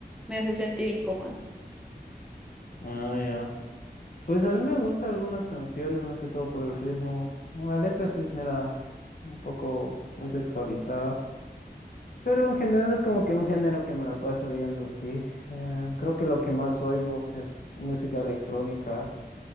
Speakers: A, in the centre; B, on the left.
A: me hace sentir incómoda.
B: Ah, ya. Pues a mí me gustan algunas canciones, más que todo por el ritmo. La letra sí es mera, un poco muy sexualizada. Pero en general no es como que un género que me la paso oyendo, sí. Eh, creo que lo que más oigo es música electrónica.